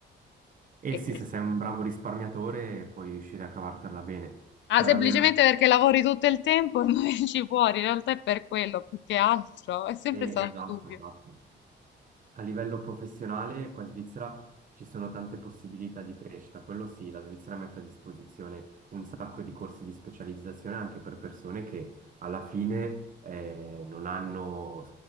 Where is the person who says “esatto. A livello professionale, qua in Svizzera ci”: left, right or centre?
Right